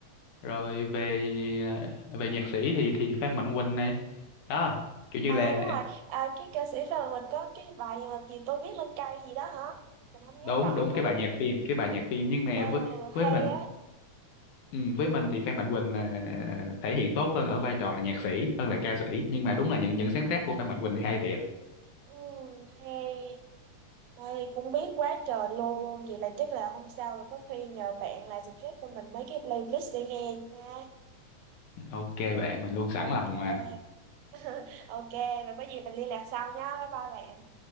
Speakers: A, on the left; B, on the right.
A: rồi về về nhạc sĩ thì thì Phan Mạnh Quỳnh này đó kiểu như
B: à
A: là
B: đúng rồi à, cái ca sĩ rồi mình có cái bài mà gì tôi viết lên cây gì đó hả mình không nhớ
A: đúng
B: rõ
A: đúng
B: nữa
A: cái bài nhạc phim cái bài nhạc phim nhưng mà
B: ờ
A: với
B: hay
A: với mình
B: á
A: ừ, với mình thì Phan Mạnh Quỳnh là thể hiện tốt hơn ở vai trò là nhạc sĩ hơn là ca sĩ nhưng mà đúng là những những sáng tác của Phan Mạnh Quỳnh thì hay thiệt
B: ừ, hay Ôi, cũng biết quá trời luôn vậy là chắc là hôm sau rồi có khi nhờ bạn là suggest cho mình mấy cái playlist để nghe nha
A: ok bạn mình luôn sẵn
B: ok
A: lòng mà
B: <laughs> ok rồi có gì mình liên lạc sau nha bye bye bạn